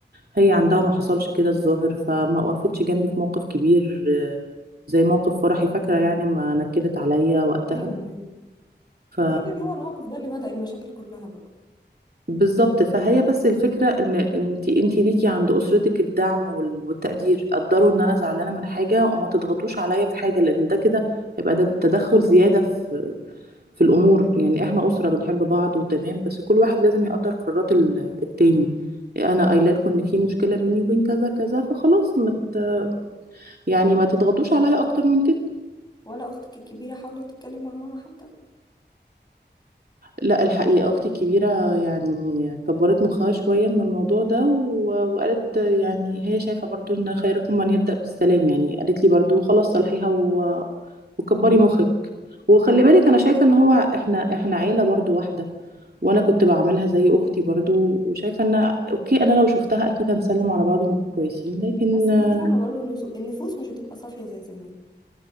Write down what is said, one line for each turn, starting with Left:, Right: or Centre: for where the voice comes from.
Right: هي عندها ما حصلش كده الظاهر فما وقفتش جنبي في موقف كبير آه، زي موقف فرحي فاكرة يعني ما نكدت عليا وقتها
Left: ايوه ايوه
Right: ف
Left: تقريبا هو الموقف ده اللي بدأ المشاكل كلها بقى
Right: بالظبط فهي بس الفكرة ان انت انت ليكي عند اسرتك الدعم وال- والتقدير قدروا ان انا زعلانة من حاجة وما تضغطوش عليا في حاجة لان ده كده هيبقى ده تدخل زيادة في في الامور يعني احنا اسرة بنحب بعض وتمام بس كل واحد لازم يقدر قرارات ال- التاني انا قايله لكم ان في مشكلة بيني وبين كذا كذا فخلاص ما ت- يعني ما تضغطوش عليا اكتر من كده
Left: ولا اختك الكبيرة حاولت تتكلم مع ماما حتى
Right: لا الحقيقة أختي الكبيرة يعني كبرت مخها شوية من الموضوع ده و- وقالت
Left: مم.
Right: يعني هي شايفة برضو إن خيركم من يبدأ بالسلام يعني قالت لي برضو خلاص صلحيها و... وكبري مخك وخلي بالك أنا شايفة إن هو إحنا إحنا عيلة برضو واحدة وأنا كنت بعملها زي أختي برضو وشايفة إن أوكي أنا لو شفتها أكيد هنسلم على بعض ونبقى كويسين لكن
Left: بس
Right: آه،
Left: انتي فاهمة برضو ان سو- النفوس مش هتبقى صافية زي زمان